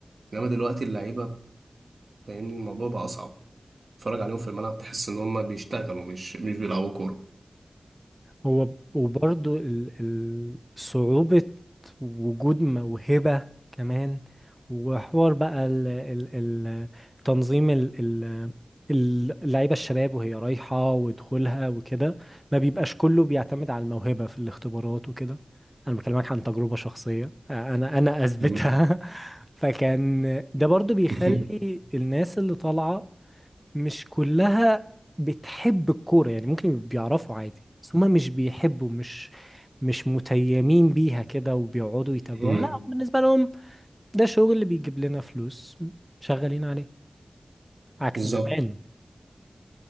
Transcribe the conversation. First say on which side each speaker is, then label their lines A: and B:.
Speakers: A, on the right; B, in the centre.
A: انما دلوقتي اللعيبه فاهمني الموضوع بقى اصعب تتفرج عليهم في الملعب تحس ان هم بيشتغلوا مش مش بيلعبوا كوره
B: هو وبرضه ال- ال- صعوبة وجود موهبة كمان وحوار بقى ال ال ال تنظيم ال ال ال- اللعيبة الشباب وهي رايحة ودخولها وكده ما بيبقاش كله بيعتمد على الموهبة في الاختبارات وكده أنا بكلمك عن تجربة شخصية أنا أنا أثبتها
A: مم.
B: <laughs> فكان ده برضو بيخلي
A: <laughs>
B: الناس اللي طالعة مش كلها بتحب الكورة يعني ممكن بيعرفوا عادي بس هما مش بيحبوا مش مش متيمين بيها كده وبيقعدوا يتابعوها
A: مم.
B: لا بالنسبة لهم ده شغل اللي بيجيب لنا فلوس شغالين عليه عكس
A: بالظبط
B: زمان